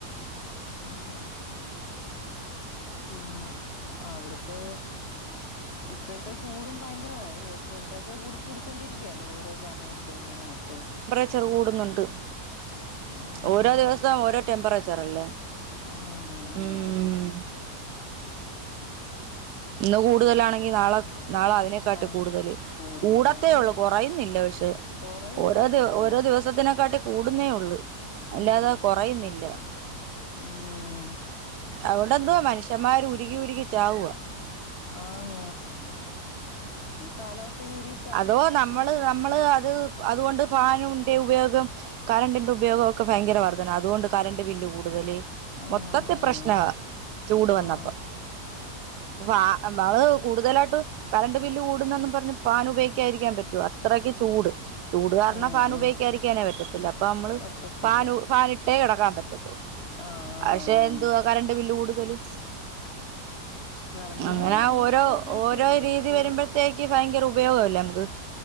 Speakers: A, on the left; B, on the right.
A: ഉം പിന്ന അവിടത്തെ ഇപ്പോഴത്തെ ചൂടും ഭയങ്കരമായി ടെമ്പറേച്ചർ കൂടി കൂടിക്കൊണ്ടിരിക്കയല്ലേ ഓരോ സമയത്തും ഇങ്ങനെ ആട്ട്
B: ച്ച് കൂടുന്നുണ്ട്
A: ഉം
B: ഓരോ ദിവസവും ഓരോ ടെമ്പറേച്ചർ അല്ലേ
A: ആന്ന് ആഹ്
B: ഉം
A: <inaudible>
B: ഇന്ന് കൂടുതലാണെങ്കി നാള നാള അതിനേക്കാട്ടി
A: ആ
B: കൂടുതല്
A: കൂടുതലാന്ന്
B: കൂടത്തേ ഉള്ളൂ കുറയുന്നില്ല പക്ഷെ
A: കൊറയുന്നില്ല
B: ഓരോ ദിവ
A: ചൂട്
B: ഓരോ ദിവസത്തിനെക്കാട്ടി കൂടുന്നേ ഉള്ള് അല്ലാതെ
A: ഉം
B: കുറയുന്നില്ല
A: ഉം
B: അവിടെന്തോ മനുഷ്യന്മാര് ഉരുകി ഉരുകി ചാവുവ
A: ആഹ ഈ കാലാവസ്ഥക്ക് ഉരി
B: അതോ നമ്മള് നമ്മള് അത് അതുകൊണ്ട് ഫാനിന്റെ ഉപയോഗം കറണ്ടിന്റെ ഉപയോഗൊക്കെ ഭയങ്കര വർ ദ്ധന അതുകൊണ്ട് കറണ്ട് ബില്ല് കൂടുതല്
A: ആഹ്
B: മൊത്തത്തി പ്രശ്നവാ ചൂട്
A: ആഹ്
B: വന്നപ്പൊ വാ ഒന്നാത് കൂടുതലായിട്ട് കറണ്ട് ബില്ല് കൂടുന്നന്നും പറ റഞ്ഞ് ഫാൻ ഉപയോഗിക്കായിരിക്കാൻ പറ്റോ അത്രക്ക് ചൂട് ചൂട് കാരണ
A: ഉം
B: ഫാൻ
A: ഉം
B: ഉപയോഗിക്കായിരിക്കാനെ പറ്റത്തില്ല അപ്പൊ മ്മള്
A: പറ്റത്തില്ല
B: പാനു ഫാനിട്ടേ കിടക്കാൻ പറ്റത്തുള്ളൂ
A: ആഹ്
B: പക്ഷെ എന്തുവാ കറണ്ട് ബില്ല് കൂടുതല്
A: <inaudible> കറണ്ട് ബില്ല്
B: അങ്ങനഓരോ
A: കൂടും നമ്മൾ അത്ര ഉപയോഗിക്കുവല്ലേ
B: ഓരോ രീതി
A: ചൂ
B: വരുമ്പൊഴത്തേക്ക് ഭയങ്കര ഉപയോഗ ല്ലേ നമുക്ക്